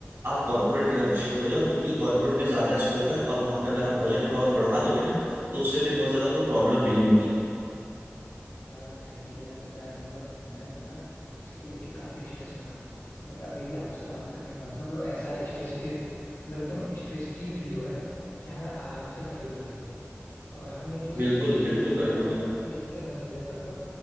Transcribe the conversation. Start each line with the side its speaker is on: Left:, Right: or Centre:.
Right: आप कॉर्पोरेट की तरफ शिफ्ट हो जाओ क्योंकि कॉर्पोरेट में ज्यादा स्कोप है और वहां पे अगर आप बजट थोड़ा बहुत बढ़ा दोगे ना तो उससे भी बहुत ज्यादा कोई प्रॉब्लम नहीं होगी
Left: यार थैंक यू यार पता है मतलब मैं ना इसको लेके काफी स्ट्रेस में था बट अभी आपसे बात करने के बाद मतलब ऐसा स्ट्रेस फ्री मतलब एकदम स्ट्रेस फ्री फील हो रहा है कि हाँ मैं आराम से कर लूंगा इसे और आपने जो
Right: बिल्कुल
Left: सजेशंस
Right: बिल्कुल
Left: दिए
Right: कर
Left: ना वो
Right: लोगे
Left: मैं काफी अच्छे से कंसीडर करूंगा